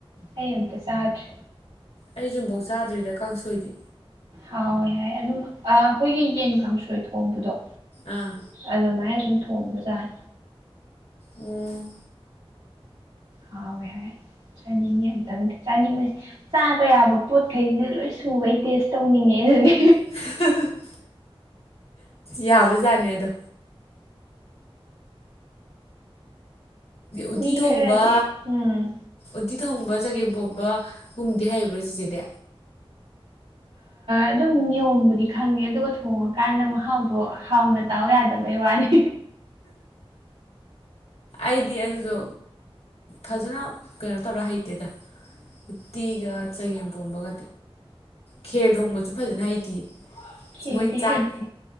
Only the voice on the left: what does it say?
ꯑꯩꯖꯨ ꯑꯝꯐꯧ ꯆꯥꯗ꯭ꯔꯤꯗ ꯀꯥꯡꯁꯣꯏꯗꯤ
ꯑꯥ
ꯎ
<unintelligible> ꯌꯥꯕꯖꯥꯠꯅꯦ ꯑꯗꯣ ꯎꯠꯇꯤ
ꯊꯣꯡꯕ
ꯎꯠꯇꯤ ꯊꯣꯡꯕ ꯆꯒꯦꯝꯄꯣꯝꯕꯒꯨꯝꯗꯤ ꯍꯥꯏꯔꯤꯕ꯭ꯔꯥ ꯆꯤꯆꯦꯗꯤ
ꯑꯩꯗꯤ ꯑꯗꯨꯗꯣ ꯐꯖꯅ ꯀꯩꯅꯣ ꯇꯧꯔ ꯍꯩꯇꯦꯗ ꯎꯠꯇꯤꯒ ꯆꯒꯦꯝ ꯄꯣꯝꯕꯒ ꯈꯦꯔ ꯊꯣꯡꯕꯁꯨ ꯐꯖꯅ ꯍꯩꯇꯌꯦ
ꯃꯣꯏ ꯆꯥꯛ